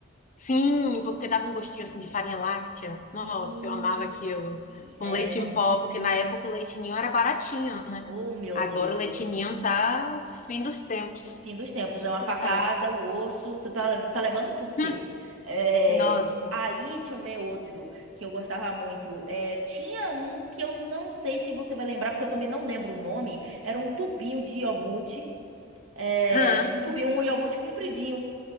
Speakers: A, on the left; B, on the right.
A: Sim, porque dava um gostinho assim de farinha láctea.
B: Sim.
A: Nossa, eu amava aquilo.
B: Sim,
A: Com
B: é,
A: leite em pó, porque na época o leite ninho era baratinho.
B: oh meu
A: Agora
B: Deus.
A: o leite ninho tá o fim dos tempos.
B: O fim dos tempos
A: Super
B: é uma facada,
A: caro.
B: o osso, você tá, tá levando tudo seu.
A: Hum,
B: É,
A: Nossa.
B: aí, deixa eu ver outro que eu gostava muito. É, tinha um que eu não sei se você vai lembrar, porque eu também não lembro o nome. Era um tubinho de iogurte. É,
A: Hã?
B: um tubinho, um iogurte compridinho.